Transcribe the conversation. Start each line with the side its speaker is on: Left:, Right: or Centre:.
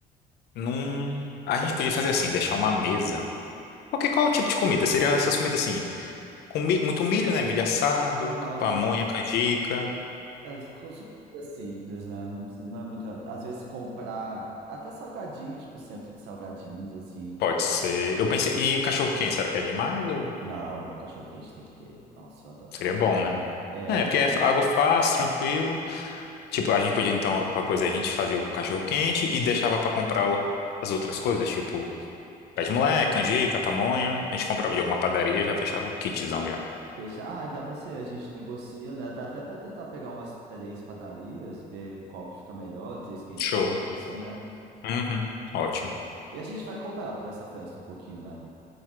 Left: num... A gente podia fazer assim, deixar uma mesa. Porque qual é o tipo de comida? Seria essas comidas assim, com mi- muito milho, né? Milho assado,
Right: Aham.
Left: pamonha, canjica,
Right: É co- super simples, né? Não precisa- não é muita. Às vezes comprar até salgadinhos, tipo centro de salgadinhos, assim.
Left: Pode ser. Eu pensei, e o cachorro quente, será que é demais ou
Right: Não, cachorro quente tem que ter. Nossa, eu adoro
Left: seria
Right: cachorro.
Left: bom, né?
Right: É,
Left: É,
Right: eu não
Left: porque é
Right: vou.
Left: f- algo fácil, tranquilo. Tipo, a gente podia então, com a coisa, a gente fazia o cachorro quente e deixava pra comprar o- as outras coisas, tipo, pé de moleque, canjica, pamonha. A gente comprava de alguma padaria, já fechava o kitzão já.
Right: Fechar. Ah, dá pra ser, a gente negocia, né? Dá até pra tentar pegar umas três padarias, ver qual que fica melhor, três que a
Left: Show.
Right: gente conheça, né?
Left: Uhum, ótimo.
Right: E a gente vai cobrar por essa festa um pouquinho, né?